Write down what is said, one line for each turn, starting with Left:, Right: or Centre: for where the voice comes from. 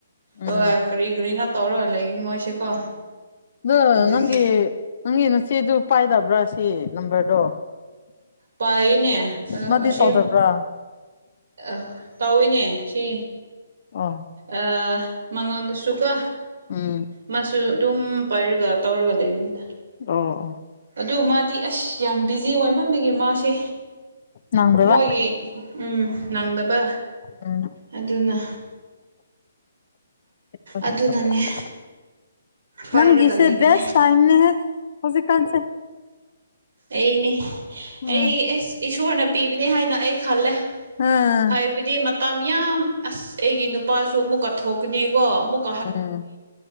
Left: ꯎꯝ
Right: ꯂꯣꯏꯔꯦ
Left: ꯑꯗꯣ
Right: ꯀꯔꯤ ꯀꯔꯤꯅ ꯇꯧꯔꯒ ꯂꯩꯒꯅꯤ ꯃꯣꯏꯁꯦꯀꯣ
Left: ꯑ
Right: ꯑꯗꯨꯒꯤ
Left: ꯅꯪꯒꯤ ꯅꯪꯒꯤ ꯅꯆꯦꯗꯨ ꯄꯥꯏꯗꯕ꯭ꯔꯥ ꯁꯤ ꯅꯝꯕꯔꯗꯣ
Right: ꯄꯥꯏꯅꯦ ꯑꯗꯣ
Left: ꯃꯥꯗꯤ
Right: ꯑꯁꯤ
Left: ꯇꯧꯗꯕ꯭ꯔꯥ
Right: ꯑ ꯇꯧꯏꯅꯦ ꯁꯤ
Left: ꯑꯣ
Right: ꯑ ꯃꯉꯣꯟꯗꯁꯨꯀꯣ
Left: ꯎꯝ
Right: ꯃꯥꯁꯨ ꯑꯗꯨꯝ ꯄꯥꯏꯔꯒ ꯇꯧꯔꯒ ꯂꯩꯕꯅꯤꯗ
Left: ꯑꯣ ꯑꯣ
Right: ꯑꯗꯨ ꯃꯥꯗꯤ ꯑꯁ ꯌꯥꯝ ꯕꯤꯖꯤ ꯑꯣꯏꯃꯝꯗꯒꯤ ꯃꯥꯁꯦ
Left: ꯅꯪꯗꯕ
Right: ꯃꯣꯏꯒꯤ ꯎꯝ ꯅꯪꯗꯕ
Left: ꯎꯝ
Right: ꯑꯗꯨꯅ
Left: <unintelligible>
Right: ꯑꯗꯨꯅꯅꯦ ꯄꯥꯏꯔꯒ
Left: ꯅꯪꯒꯤꯁꯦ
Right: ꯂꯩꯕꯅꯦ
Left: ꯦꯁ ꯇꯥꯏꯅꯦ ꯍ ꯍꯧꯖꯤ ꯀꯥꯟꯁꯦ
Right: ꯑꯩꯅꯦ
Left: ꯎꯝ
Right: ꯑꯩ ꯏꯁꯣꯔꯅ ꯄꯤꯕꯅꯦ ꯍꯥꯏꯅ ꯑꯩ ꯈꯜꯂꯦ
Left: ꯎꯝ
Right: ꯍꯥꯏꯕꯗꯤ ꯃꯇꯝ ꯌꯥꯝ ꯑꯁ ꯑꯩꯒꯤ ꯅꯨꯄꯥꯁꯨ ꯑꯃꯨꯛ ꯀꯠꯊꯣꯛꯀꯅꯤꯀꯣ ꯑꯃꯨꯛ
Left: ꯎꯝ